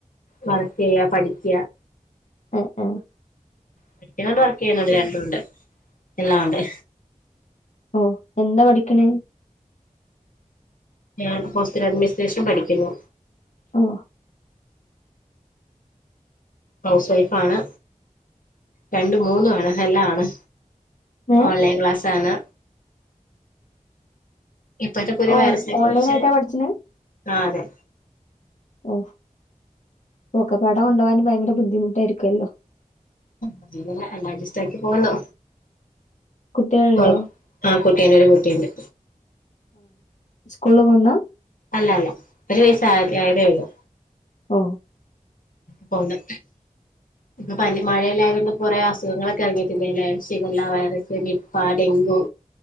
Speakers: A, on the left; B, on the left.
A: വർക്ക് ചെയ്യ പഠിക്ക
B: ആ ആ
A: പഠിക്കുന്നുണ്ട് വർക്ക് ചെയ്യുന്നുണ്ട് രണ്ടുണ്ട് എല്ലാംണ്ട്
B: ഓ എന്താ പഠിക്കണ
A: ഞാൻ ഹോസ്റ്റൽ അഡ്മിനിസ്ട്രേഷൻ പഠിക്കുന്നു
B: ഓ
A: ഹൗസ് വൈഫ് ആണ് രണ്ടു മൂന്നു ആണ് എല്ലാണ്
B: ഏ
A: ഓൺലൈൻ ക്ലാസ് ആണ് ഇപ്പഴത്തെ പുതിയ
B: ഓ
A: വൈറസിനെ
B: ഓൺലൈൻ
A: കുറിച്ച്
B: ആയിട്ടാ പഠിച്ചണേ
A: ആ അതെ
B: ഓ ഓക്കെ പട കൊണ്ടോവാൻ ഭയങ്കര ബുദ്ധിമുട്ടായിരിക്കോല്ലോ
A: അതെ എല്ലാ അഡ്ജസ്റ്റാക്കി പോകുന്നു
B: കുട്ടികളുണ്ടോ
A: കൊ ആ കുട്ടീണ്ട് ഒരു കുട്ടീണ്ട്
B: സ്കൂളില് പോകുന്നാ
A: അല്ല അല്ല ഒരു വയസ് ആയത് ആയതേ ഉള്ളു
B: ഓ
A: പോകുന്ന് ഇപ്പൊ പനി മഴയെല്ലായോണ്ട് കൊറെ അസുഖങ്ങളൊക്കെ ഇറങ്ങിയിട്ടില്ലല്ലേ ഷിഗല്ല വൈറസ്, നിപ്പ, ഡെങ്ക ഉ